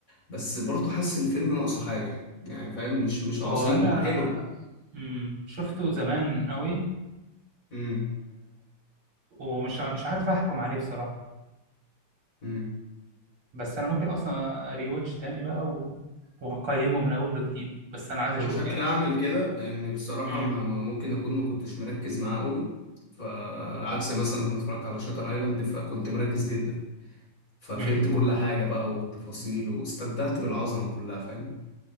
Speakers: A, on the left; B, on the right.
A: بس برضه حاسس الفيلم ناقصه حاجة يعني فاهم مش مش عظيم
B: هو انا
A: هو حلو
B: امم شفته زمان قوي
A: امم
B: ومش مش عارف احكم عليه بصراحة
A: امم
B: بس انا ممكن اصلا ريواتش تاني بقى و... واقيمه من اول وجديد بس انا عايز اشوفه
A: أنا شكلي
B: يعني
A: أعمل كده لأن بصراحة
B: امم
A: ما, ما ممكن أكون ما كنتش مركز معاه قوي فعكس مثلا لما اتفرجت على شاتر ايلاند فكنت مركز جدا ففهمت
B: امم
A: كل حاجة بقى والتفاصيل واستمتعت بالعظمة كلها فاهم